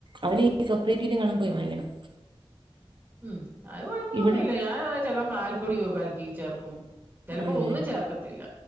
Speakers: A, on the right; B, on the right.
A: അതിനീ സൊസൈറ്റീലെങ്ങാണും പോയി വാങ്ങിക്കണം
B: ഉം അത് കൊഴപ്പൊന്നുല്ല
A: ഇവിടെ
B: ഞാൻ ചെലപ്പോ പാൽപ്പൊടി കലക്കി ചേർക്കും ചെലപ്പൊ
A: ആണല്ലേ
B: ഒന്നും ചേർക്കത്തില്ല.